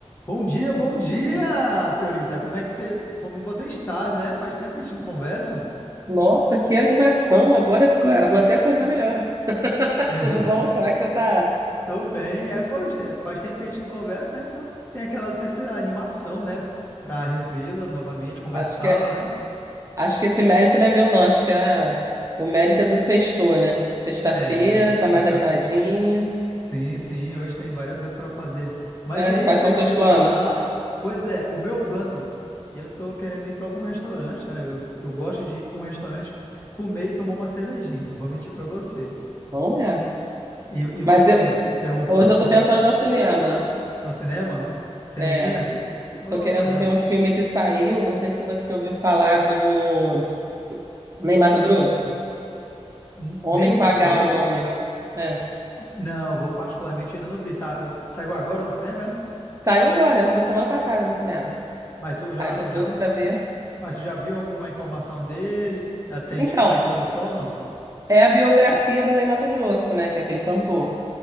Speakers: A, on the left; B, on the right.
A: Bom dia, bom dia, senhorita. Como é que você, como você está, né? Faz tempo que a gente não conversa.
B: Nossa, que animação! Agora ficou. Vou até acordar melhor. <laughs>
A: <laughs>
B: Tudo bom? Como é
A: É,
B: que você tá?
A: tô bem. É, hoje, é, faz tempo que a gente não conversa, né? Então tem aquela sempre animação, né? Para revê-la novamente, conversá-la,
B: Acho que, é-
A: né?
B: acho que esse mérito não é meu, não. Acho que é- o mérito é do sexto, né? Sexta-feira,
A: É,
B: tá
A: sexta.
B: mais animadinho.
A: Sim, sim. Hoje tem várias coisas para fazer. Mas
B: É,
A: e aí,
B: quais
A: como
B: são
A: é que
B: seus
A: você
B: planos?
A: tá? Pois é, o meu plano, eu tô querendo ir para algum restaurante, né? Eu, eu gosto de ir para um restaurante comer e tomar uma cervejinha. Não vou mentir para você.
B: Bom, mesmo.
A: E, e você
B: Mas eu-
A: tem algum plano
B: hoje eu tô
A: para
B: pensando no cinema.
A: no cinema? Cineminha?
B: É,
A: Oh,
B: tô querendo
A: coisa.
B: ver um filme que saiu. Não sei se você ouviu falar do Ney Matogrosso.
A: Nem
B: Homem com
A: Mato
B: H,
A: Grosso?
B: é o nome. É.
A: Não, vou particularmente ainda não vi. Tá, saiu agora no cinema, é?
B: Saiu agora, entrou semana passada no cinema.
A: Mas tu já,
B: Ai, tô
A: tu
B: doido
A: já,
B: pra ver.
A: mas tu já viu alguma informação dele? Já tem
B: Então,
A: tipo uma introdução ou não?
B: É a biografia do Ney Matogrosso, né? Que é aquele cantor.